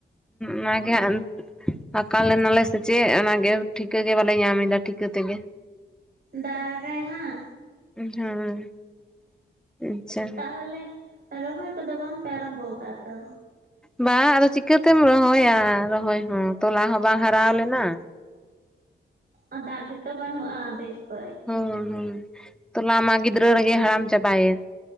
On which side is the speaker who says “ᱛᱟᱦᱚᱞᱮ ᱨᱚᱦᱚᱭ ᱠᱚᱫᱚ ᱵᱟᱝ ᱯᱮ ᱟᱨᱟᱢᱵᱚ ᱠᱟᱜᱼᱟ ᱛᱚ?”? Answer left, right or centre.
Right